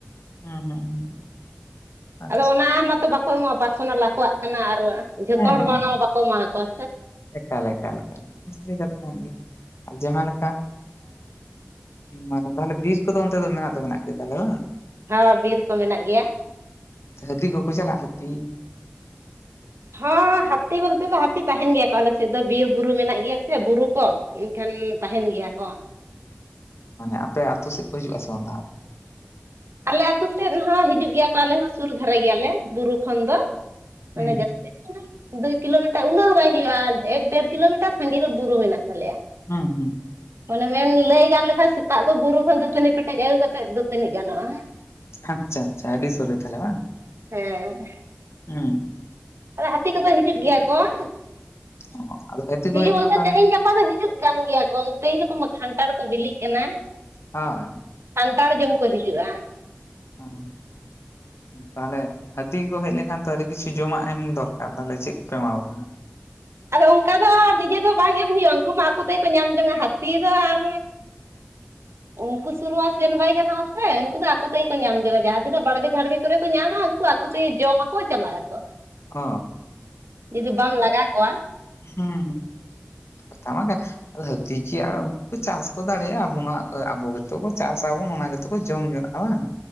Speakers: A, on the left; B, on the right.
A: ᱦᱮᱸ ᱦᱮᱸ ᱦᱮᱸ ᱟᱪᱪᱷᱟ
B: ᱟᱫᱚ ᱚᱱᱟ ᱢᱟᱛᱚ ᱵᱟᱠᱚ ᱮᱢᱚᱜᱼᱟ ᱯᱟᱨᱥᱚᱱᱟᱞ ᱟᱠᱚᱣᱟᱜ ᱠᱟᱱᱟ ᱟᱨ ᱡᱷᱚᱛᱚ
A: ᱦᱮᱸ
B: ᱦᱚᱲ
A: ᱦᱮᱸ
B: ᱢᱟ ᱚᱱᱟ ᱢᱟ ᱵᱟᱠᱚ ᱮᱢᱟᱠᱚᱣᱟ,
A: ᱮᱠᱟᱞ ᱮᱠᱟᱞ ᱚᱱᱟ ᱥᱟ. ᱨᱤ ᱠᱟᱛᱷᱟ ᱠᱟᱱ ᱜᱮ ᱟᱨ ᱡᱟᱦᱟᱸ ᱞᱮᱠᱟ ᱮ ᱢᱟᱱᱮ ᱛᱟᱦᱞᱮ ᱵᱤᱨ ᱠᱚᱫᱚ ᱚᱱᱛᱮ ᱫᱚ ᱢᱮᱱᱟᱜ ᱫᱚ ᱢᱮᱱᱟᱜ ᱜᱮ ᱛᱟᱦᱚᱞᱮ ᱵᱟᱝ
B: ᱦᱮᱸ ᱵᱤᱨ ᱠᱚ ᱢᱮᱱᱟᱜ ᱜᱮᱭᱟ
A: ᱦᱟᱹᱛᱤ ᱠᱚᱠᱚ ᱪᱟᱞᱟᱜᱼᱟ ᱦᱟᱹᱛᱤ
B: ᱦᱚᱸᱸ ᱦᱟᱹᱛᱤ ᱵᱚᱞᱛᱮ ᱫᱚ ᱦᱟᱹᱛᱤ ᱛᱟᱦᱮᱱ ᱜᱮᱭᱟ ᱠᱚ ᱟᱞᱮ ᱥᱮᱫ ᱫᱚ ᱵᱤᱨ ᱵᱩᱨᱩ ᱢᱮᱱᱟᱜ ᱜᱮᱭᱟ ᱥᱮ ᱵᱩᱨᱩ ᱠᱚ ᱮᱱᱠᱷᱟᱱ ᱛᱟᱦᱮᱱ ᱜᱮᱭᱟ ᱠᱚ,
A: ᱢᱟᱱᱮ ᱟᱯᱮ ᱟ ᱟᱭᱳ ᱥᱮᱫ ᱠᱚ ᱦᱤᱡᱩᱜ ᱟ ᱥᱮ ᱵᱟᱝ ᱛᱟᱦᱚᱞᱮ
B: ᱟᱞᱮ ᱟᱹᱛᱩ ᱥᱮᱫ ᱦᱚᱸ ᱦᱤᱡᱩᱜ ᱜᱮᱭᱟ ᱠᱚ ᱟᱞᱮ ᱦᱚᱸ ᱥᱩᱨ ᱫᱷᱟᱨᱟ ᱜᱮᱭᱟᱞᱮ ᱵᱩᱨᱩ ᱠᱷᱚᱱ ᱫᱚ
A: ᱦᱩᱸ
B: ᱢᱟᱱᱮ ᱡᱟᱥᱛᱤ ᱠᱟᱱᱟ ᱫᱩᱭ ᱠᱤᱞᱳᱢᱤᱴᱟᱨ ᱩᱱᱟᱹᱜ ᱦᱚᱸ ᱵᱟᱭ ᱦᱩᱭᱩᱜᱼᱟ ᱮᱠ ᱰᱮᱲ ᱠᱤᱞᱳᱢᱤᱴᱟᱨ ᱥᱟᱺᱜᱤᱧ ᱨᱮ ᱵᱩᱨᱩ ᱢᱮᱱᱟᱜ ᱛᱟᱞᱮᱭᱟ
A: ᱦᱮᱸ ᱦᱮᱸ
B: ᱚᱱᱮ ᱢᱮᱱ ᱞᱟᱹᱭ ᱜᱟᱱ ᱞᱮᱠᱷᱟᱱ ᱥᱮᱛᱟᱜ ᱠᱚ ᱵᱩᱨᱩ ᱠᱷᱚᱱ ᱫᱩᱛᱟᱹᱱᱤ ᱯᱮᱴᱮᱡ ᱟᱹᱜᱩ ᱠᱟᱛᱮᱜ ᱫᱩᱛᱟᱹᱱᱤ ᱜᱟᱱᱚᱜᱼᱟ
A: ᱟᱪᱪᱷᱟ ᱟᱪᱪᱷᱟ ᱟᱹᱰᱤ ᱥᱩᱨ ᱨᱮ ᱛᱟᱦᱚᱞᱮ ᱵᱟᱝ
B: ᱦᱮᱸ
A: ᱦᱮᱸ
B: ᱟᱫᱚ ᱦᱟᱹᱛᱤ ᱠᱚᱫᱚ ᱦᱤᱡᱩᱜ ᱜᱮᱭᱟ ᱠᱚ ᱵᱟᱝ
A: ᱚ ᱟᱫᱚ ᱦᱟᱹᱛᱤ
B: ᱦᱮᱡᱩ
A: ᱠᱚ ᱦᱮᱡ ᱞᱮᱱᱠᱷᱟᱱ
B: ᱵᱚᱞᱠᱮ
A: ᱛᱟᱦᱚᱞᱮ
B: ᱛᱮᱦᱮᱧ ᱜᱟᱯᱟ ᱫᱚ ᱦᱤᱡᱩᱜ ᱠᱟᱱ ᱜᱮᱭᱟ ᱠᱚ ᱛᱮᱦᱤᱧ ᱜᱟᱯᱟ ᱢᱟ ᱠᱷᱟᱱᱴᱷᱟᱲ ᱠᱚ ᱵᱤᱞᱤᱜ ᱠᱟᱱᱟ
A: ᱦᱳᱭ
B: ᱴᱟᱲ ᱡᱚᱢ ᱠᱚ ᱦᱤᱡᱩᱜᱼᱟ
A: ᱦᱚᱸ ᱛᱟᱦᱚᱞᱮ ᱦᱟᱹᱛᱤ ᱠᱚ ᱦᱮᱡ ᱞᱮᱱᱠᱷᱟᱱ ᱛᱚ ᱟᱹᱰᱤ ᱠᱤᱪᱷᱩ ᱡᱚᱢᱟᱜ ᱮᱢ ᱫᱚᱨᱠᱟᱨ ᱛᱟᱦᱞᱮ ᱪᱮᱫ ᱠᱚᱯᱮ ᱮᱢᱟ ᱠᱚ ᱠᱟᱱᱟ
B: ᱟᱫᱚ ᱚᱱᱠᱟ ᱫᱚ ᱱᱤᱡᱮ ᱫᱚ ᱵᱟᱝ ᱮᱢ ᱦᱩᱭᱩᱜᱼᱟ ᱩᱱᱠᱩ ᱢᱟ ᱟᱠᱚ ᱛᱮᱜᱮᱠᱚ ᱧᱟᱢ ᱡᱚᱝᱟ ᱦᱟᱹᱛᱤ ᱫᱚ ᱟᱨ ᱩᱱᱠᱩ ᱥᱩᱨ ᱢᱟ ᱥᱮᱱ ᱵᱟᱭ ᱜᱟᱱᱚᱜᱼᱟ ᱥᱮ ᱩᱱᱠᱩ ᱫᱚ ᱟᱠᱚ ᱛᱮᱜᱮ ᱠᱚ ᱧᱟᱢ ᱡᱚᱜᱟ ᱡᱟᱦᱟᱸ ᱛᱤᱱᱟᱹᱜ ᱵᱟᱲᱜᱮ ᱡᱷᱟᱲᱜᱮ ᱠᱚᱨᱮ ᱠᱚ ᱧᱟᱢᱟ ᱩᱱᱠᱩ ᱟᱠᱚ ᱛᱮᱜᱮ ᱡᱚᱢ ᱟᱠᱚ ᱪᱟᱞᱟᱜ ᱟᱠᱚ
A: ᱚ
B: ᱡᱩᱫᱤ ᱵᱟᱢ ᱞᱟᱜᱟ ᱠᱚᱣᱟ
A: ᱦᱮᱸ ᱦᱮᱸ ᱠᱟᱛᱷᱟ ᱢᱟ ᱦᱟᱹᱛᱤ ᱜᱮ ᱟᱨ ᱩᱱᱠᱩ ᱠᱚ ᱪᱟᱥ ᱠᱚ ᱫᱟᱲᱮᱭᱟᱜᱼᱟ ᱟᱵᱚ ᱟᱵᱚ ᱜᱮᱛᱚ ᱠᱚ ᱪᱟᱥᱟ ᱛᱟᱵᱚᱱ ᱚᱱᱟ ᱜᱮᱛ ᱠᱚ ᱡᱚᱢ ᱡᱚᱝᱼᱟ ᱵᱟᱝ